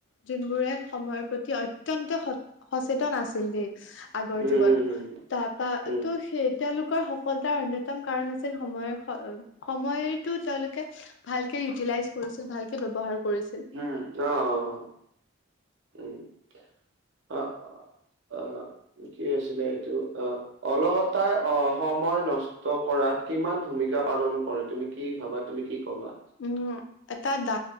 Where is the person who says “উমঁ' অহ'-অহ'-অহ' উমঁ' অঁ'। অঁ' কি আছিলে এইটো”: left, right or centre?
Right